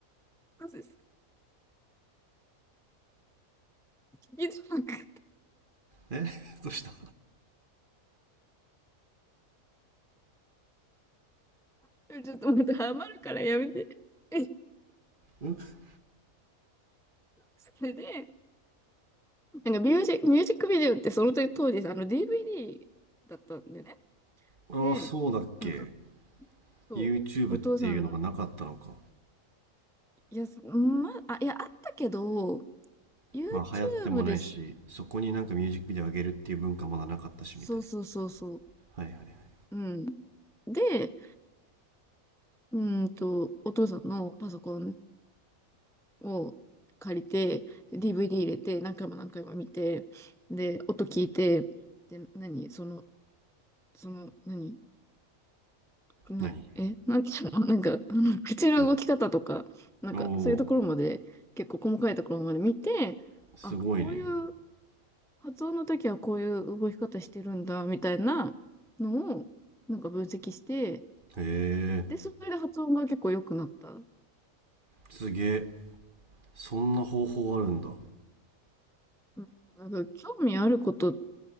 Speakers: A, in the centre; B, on the right.
A: そうです。聞きづらくて
B: え <laughs> どうした
A: なかったちょっとまたハマるからやめて。え
B: ん
A: それで、なんかミュージック、ミュージックビデオってその当時、あの DVD だったんでね。
B: ああ、
A: で、
B: そうだっけ。
A: なんか、そう、
B: YouTube
A: お父さんの、
B: っていうのがなかったのか。
A: いや、ま、あ、いや、あったけど、YouTube
B: まあ流行ってもないし、
A: です。
B: そこになんかミュージックビデオ上げるっていう文化まだなかったしみたいな。
A: そうそうそうそう。
B: はいはいはい。
A: うん。で、うーんと、お父さんのパソコンを借りて、DVD 入れて、何回も何回も見て、で、音聞いて、で、何その、その、何な、
B: 何
A: え、なんていうのなんか、<laughs> あの口の動き方とか、
B: え
A: なんか、
B: おお
A: そういうところまで、結構細かいところまで見て、
B: ー、すごいね。
A: あ、こういう発音の時はこういう動き方してるんだ、みたいなのを、なんか分析して、
B: へえ、
A: で、それで発音が結構良くなった。うん
B: すげえ。そんな方法あるんだ。
A: うんなんか興味あること